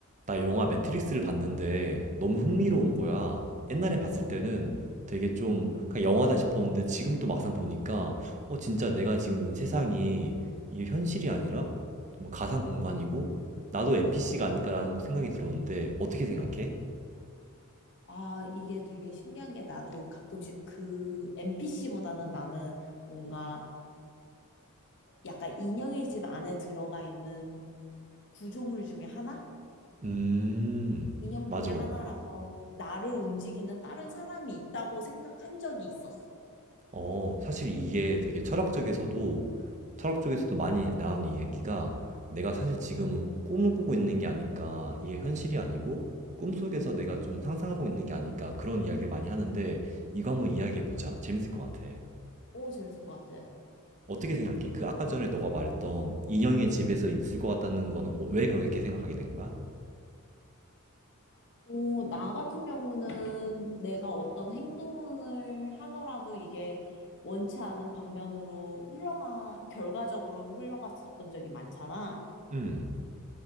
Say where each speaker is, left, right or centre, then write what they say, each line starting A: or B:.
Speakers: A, on the right (about 35°); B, on the left (about 55°).
A: 나 영화 매트릭스를 봤는데 너무 흥미로운 거야. 옛날에 봤을
B: 어.
A: 때는 되게 좀 그냥 영화다 싶었는데 지금 또 막상 보니까 어 진짜 내가 지금 이 세상이 이게 현실이 아니라 정말 가상 공간이고 나도 NPC가 아닐까라는 생각이 들었는데 어떻게 생각해?
B: 아, 이게 되게 신기한 게 나도 가끔씩 그 NPC보다는 나는 뭔가 약간 인형의 집 안에 들어가 있는 구조물 중에 하나?
A: 음,
B: 인형
A: 맞아.
B: 음. 중에 하나라서 나를 움직이는 다른 사람이 있다고 생각한 적이 있었어.
A: 어, 사실 이게 되게 철학 쪽에서도, 철학 쪽에서도 많이 나오는 얘기가 내가 사실 지금은 꿈을 꾸고 있는 게 아닐까, 이게 현실이 아니고 꿈속에서 내가 좀 상상하고 있는 게 아닐까, 그런 이야기를 많이 하는데 이거 한번 이야기해보자. 재밌을 것 같아.
B: 오, 재밌을 것 같아.
A: 어떻게 생각해? 그 아까 전에 너가 말했던 인형의 집에서 있을 것 같다는 거는 왜 그렇게 생각하게 된 거야?
B: 어, 나 같은 경우는 내가 어떤 행동을 하더라도 이게 원치 않은 방면으로 흘러가, 결과적으로 흘러갔었던 적이 많잖아.
A: 음.